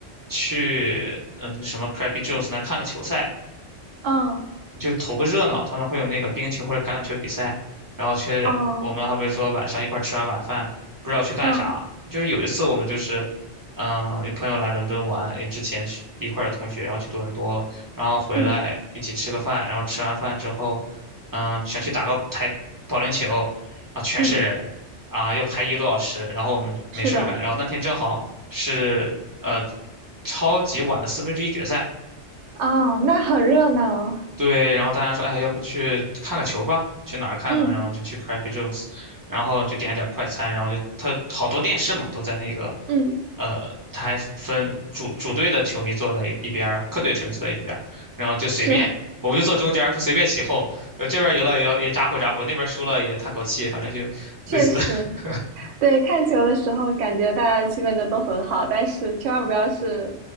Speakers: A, on the right (about 25°); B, on the right (about 90°).
A: 去嗯什么 Crappy Jones 那看个球赛啊，
B: 嗯
A: 就投个热闹，他们会有那个冰球或者橄榄球比赛，然后去我们好比说晚上一块儿吃完晚饭，
B: 哦
A: 不知道去干啥。
B: 嗯
A: 就是有一次我们就是，嗯、有朋友来伦敦玩，也之前去一块儿的同学，然后去多伦多了，然后回来一起吃个饭，
B: 嗯
A: 然后吃完饭之后，嗯、想去打个台保龄球，啊，全是人，
B: 嗯，
A: 啊，要排一个多小时，然后我们没事儿干，
B: 是的，
A: 然后那天正好是呃超级晚的四分之一决赛。
B: 哦，那很热闹。
A: 对，然后大家说，哎，要不去看个球吧？去哪儿看呢？
B: 嗯
A: 然后就去 Crappy Jones，然后就点了点快餐，然后就他好多电视嘛，都在那个
B: 嗯，
A: 呃，他还分主主队的球迷坐在一一边儿客队的球迷坐在一边儿然后就随便，
B: 是，
A: 我们就坐中间儿就随便起哄，呃，这边儿赢了也要也咋呼咋呼，那边儿输了也叹口气，反正就类似。
B: 确实，
A: <laughs>
B: 对，看球的时候感觉大家的气氛就都很好，但是千万不要是